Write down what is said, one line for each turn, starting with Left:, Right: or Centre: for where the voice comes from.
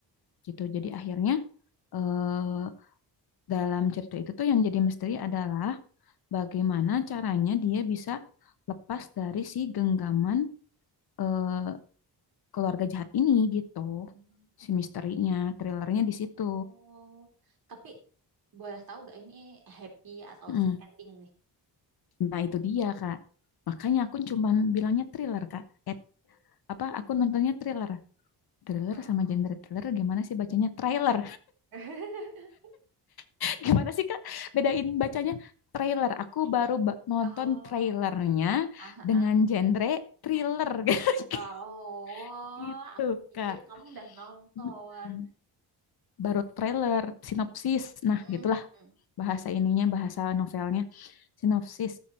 Left: gitu jadi akhirnya eh dalam cerita itu tuh yang jadi misteri adalah bagaimana caranya dia bisa lepas dari si genggaman eh, keluarga jahat ini gitu.
Right: Hmm.
Left: Si misterinya, thrillernya di situ.
Right: Oh, tapi boleh tahu gak ini happy atau
Left: Mm.
Right: sad ending nih?
Left: Nah itu dia Kak. Makanya aku cuman bilangnya thriller Kak. Eh, apa aku nontonnya thriller. Thriller
Right: Oh.
Left: sama genre thriller gimana sih bacanya? Trailer.
Right: <laughs>
Left: <laughs> Gimana sih Kak? Bedain bacanya trailer. Aku baru ba- nonton
Right: Oh,
Left: trailernya
Right: ah,
Left: dengan
Right: ah.
Left: genre thriller. <laughs>
Right: Oh,
Left: Gitu,
Right: aku pikir
Left: Kak.
Right: kamu udah nonton.
Left: Mm-mm. Baru trailer, sinopsis. Nah,
Right: Mm-mm,
Left: gitulah
Right: mm-mm,
Left: bahasa
Right: mm-mm,
Left: ininya,
Right: mm-mm.
Left: bahasa novelnya, sinopsis.